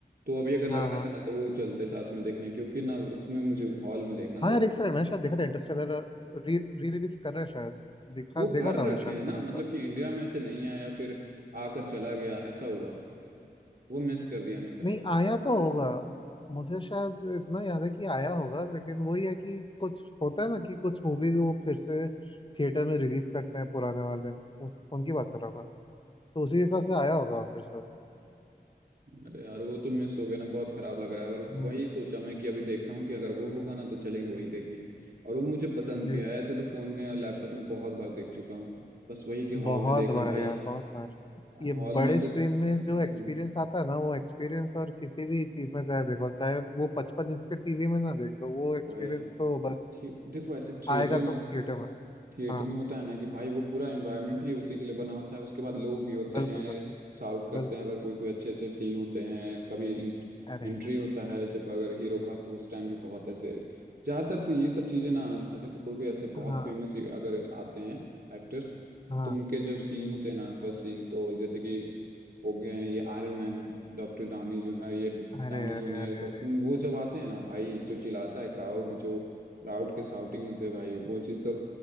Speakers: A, on the right; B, on the left.
A: तो अभी अगर लगा
B: हाँ हाँ
A: रहता ना तो वो चलते साथ में देखने क्योंकि ना उसमें मुझे हॉल में देखना
B: हाँ
A: था
B: यार
A: वो
B: एक सेकंड मैंने शायद देखा था इंटरस्टेलर री रिलीज कर रहे हैं शायद दिखा
A: वो
B: देखा
A: कर
B: था
A: रखे
B: मैंने शायद
A: हैं ना
B: कुछ ऐसा
A: मतलब कि इंडिया में ऐसे नहीं आया फिर आकर चला गया ऐसा हुआ वो मिस कर दिया हमने शायद
B: नहीं आया तो होगा मुझे शायद इतना याद है कि आया होगा लेकिन वही है कि कुछ होता है ना कि कुछ मूवीज वो फिर से थिएटर में रिलीज करते हैं पुराने वाले उन, उनकी बात कर रहा था तो उसी हिसाब से आया होगा फिर से
A: अरे यार वो तो मिस हो गया ना बहुत खराब लग रहा है और
B: हम्म,
A: वही सोचा मैं कि अभी देखता हूँ कि अगर वो होगा ना तो चलेंगे वही देखने और वो मुझे पसंद
B: जी
A: भी है ऐसे तो फोन में और लैपटॉप में बहुत बार देख चुका हूँ बस वही कि
B: बहुत
A: हॉल में देखना
B: बार
A: भाई
B: यार बहुत बार ये
A: हॉल
B: बड़े
A: में से
B: स्क्रीन में जो
A: हम्म,
B: एक्सपीरियंस आता है ना वो एक्सपीरियंस और किसी भी चीज में चाहे देखो चाहे वो पचपन इंच के टीवी में ना देख लो वो एक्सपीरियंस
A: वही
B: तो बस
A: थे- देखो ऐसे थिएटर
B: आएगा
A: में
B: तो थिएटर में
A: थिएटर
B: हाँ
A: में होता
B: हाँ
A: है ना कि भाई वो पूरा एनवायरनमेंट ही उसी के लिए बना होता है उसके बाद लोग भी होते
B: बिल्कुल
A: हैं
B: बिल्कुल
A: शाउट करते
B: बिल्कुल
A: हैं अगर कोई कोई अच्छे अच्छे सीन होते हैं कभी
B: अरे
A: एंट्री
B: यार
A: होता है जब अगर हीरो का तो उस टाइम भी बहुत ऐसे ज़्यादातर तो ये सब चीज़ें ना मतलब कि कोई कोई ऐसे बहुत
B: हाँ
A: फेमस अगर आते हैं एक्टर्स
B: हाँ
A: तो उनके जो सीन होते हैं ना फर्स्ट सीन तो जैसे कि हो गए हैं ये आयरन मैन डॉक्टर डाउनी जू अ, ये डाउनी
B: अरे
A: जूनियर
B: अरे अरे
A: तो
B: अरे
A: उन- वो जब आते हैं ना भाई जो चिल्लाता है क्राउड जो क्राउड के शाउटिंग होते हैं भाई वो चीज़ तो